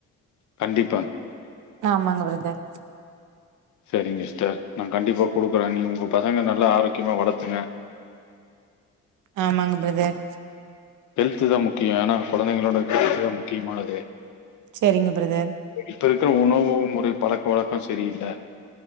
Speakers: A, on the left (about 70°); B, on the right (about 80°).
A: கண்டிப்பா
B: ஆமாங்க பிரதர்
A: சரிங்க சிஸ்டர் நா கண்டிப்பாக குடுக்குறே நீங்க உங்க பசங்க நல்லா ஆரோக்கியமாக வளர்த்துங்க
B: ஆமாங்க பிரதர்
A: ஹெல்து தா முக்கியம் ஏன்னா குழந்தைங்களோட ஹெல்து தா முக்கியமானது
B: சரிங்க பிரதர்
A: இப்ப இருக்கிற உணவு முறை பழக்க வழக்கம் சரியில்ல